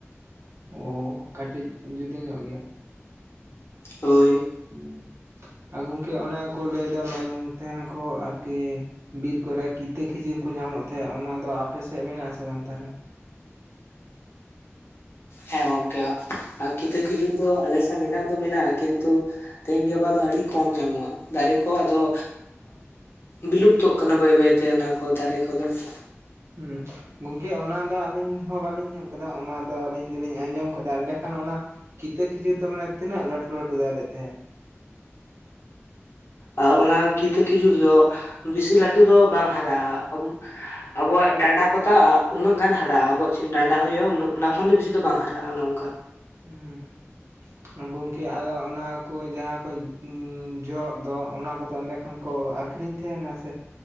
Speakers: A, on the right; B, on the left.
A: ᱚᱻ ᱠᱟᱹᱴᱤᱡ ᱡᱩᱫᱟᱹ ᱧᱚᱜ ᱜᱮᱭᱟ᱾
B: ᱦᱳᱭ᱾
A: ᱦᱩᱸ ᱟᱨ ᱜᱚᱝᱠᱮ ᱚᱱᱮ ᱠᱚ ᱞᱟᱹᱭ ᱫᱟ ᱢᱮᱱ ᱛᱟᱦᱮᱱᱟᱠᱚ ᱟᱨᱠᱤᱼᱼ ᱵᱤᱨ ᱠᱚᱨᱮ ᱠᱤᱛᱟᱹ ᱠᱷᱤᱡᱩᱨ ᱠᱚ ᱧᱟᱢᱚᱜ ᱛᱟᱦᱮᱸᱫ ᱚᱱᱟ ᱫᱚ ᱟᱯᱮᱥᱮᱫ ᱢᱮᱱᱟᱜ ᱟᱥᱮ ᱵᱟᱝ ᱛᱟᱦᱚᱞᱮ?
B: ᱦᱮᱸ ᱜᱚᱝᱠᱮ ᱠᱤᱛᱟᱹ ᱠᱷᱤᱡᱩᱨ ᱫᱚ ᱟᱞᱮ ᱥᱮᱫ ᱢᱮᱱᱟᱜ ᱫᱚ ᱢᱮᱱᱟᱜᱼᱟ ᱠᱤᱱᱛᱩ, ᱛᱮᱦᱤᱧ ᱜᱟᱯᱟ ᱫᱚ ᱟᱹᱰᱤ ᱠᱚᱢ ᱧᱟᱢᱚᱜᱼᱟ ᱫᱟᱨᱮ ᱠᱚ ᱟᱫᱚᱼᱼ ᱵᱤᱞᱩᱯᱛᱚᱜ ᱠᱟᱱᱟ ᱵᱟᱹᱭ ᱵᱟᱹᱭᱛᱮ ᱚᱱᱟ ᱠᱚ ᱫᱟᱨᱮ ᱠᱚᱫᱚ ᱾
A: ᱦᱩᱸᱻ ᱜᱚᱝᱠᱮ ᱚᱱᱟᱫᱚ ᱟᱹᱞᱤᱧ ᱦᱚᱸ ᱵᱟᱹᱞᱤᱧ ᱧᱮᱞ ᱠᱟᱫᱟ ᱚᱱᱟ ᱫᱚ ᱟᱹᱞᱤᱧ ᱫᱚᱞᱤᱧ ᱟᱸᱡᱚᱢ ᱠᱟᱫᱟ ᱮᱸᱰᱮᱠᱷᱟᱱ ᱚᱱᱟᱼᱼ ᱠᱤᱛᱟᱹ ᱠᱷᱤᱡᱩᱨ ᱫᱚ ᱢᱟᱱᱮ ᱛᱤᱱᱟᱹᱜ ᱞᱟᱹᱴᱷᱩ ᱞᱟᱹᱴᱷᱩ ᱫᱟᱨᱮ ᱛᱟᱦᱮᱸᱜ?
B: ᱟᱻ ᱚᱱᱟ ᱠᱤᱛᱟᱹ ᱠᱷᱤᱡᱩᱨ ᱫᱚ ᱵᱮᱥᱤ ᱞᱟᱹᱴᱩ ᱫᱚ ᱵᱟᱝ ᱦᱟᱨᱟᱜᱼᱟ᱾ ᱟᱵᱚᱣᱟᱜ ᱰᱟᱸᱰᱟ ᱠᱚᱛᱟ ᱩᱱᱟᱹᱜ ᱜᱟᱱ ᱦᱟᱨᱟᱜᱼᱟ᱾ ᱟᱵᱚᱣᱟᱜ ᱪᱮᱫ ᱰᱟᱸᱰᱟ ᱦᱚᱭᱩᱼᱟ᱾ ᱚᱱᱟ ᱠᱷᱚᱱ ᱫᱚ ᱵᱮᱥᱤ ᱵᱟᱝ ᱦᱟᱨᱟᱜᱼᱟ ᱚᱱ ᱚᱝᱠᱟ᱾
A: ᱦᱩᱸ ᱜᱚᱝᱠᱮ ᱟᱫᱚ ᱚᱱᱟ ᱠᱚ ᱡᱟᱦᱟᱸ ᱠᱚ ᱡᱚᱻ ᱫᱚ ᱚᱱᱟ ᱠᱚᱫᱚ ᱮᱸᱰᱮ ᱠᱷᱟᱱ ᱠᱚ ᱟᱠᱷᱨᱤᱧ ᱛᱟᱦᱮᱸᱱᱟ᱾ ᱥᱮ